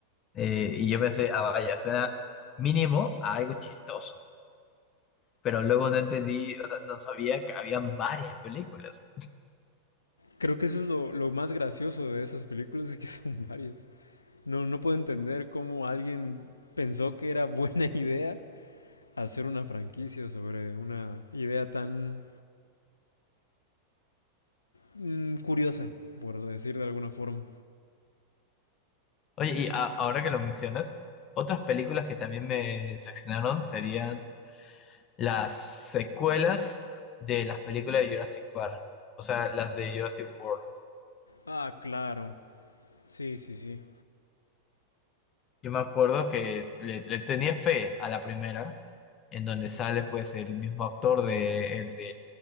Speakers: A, on the left; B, on the left.
A: Eh, y yo pensé, ah, vaya, suena mínimo a algo chistoso. Pero luego no entendí, o sea, no sabía que habían varias películas.
B: Creo que eso es lo, lo más gracioso de esas películas, es que <laughs> son varias. No, no puedo entender cómo alguien pensó que era buena <laughs> idea hacer una franquicia sobre una idea tan mm, curiosa, por decir de alguna forma.
A: Oye, y a- ahora que lo mencionas, otras películas que también me seccionaron serían las secuelas de las películas de Jurassic Park, o sea, las de Jurassic World.
B: Ah, claro. Sí, sí, sí.
A: Yo me acuerdo que le, le tenía fe a la primera, en donde sale pues el mismo actor de el de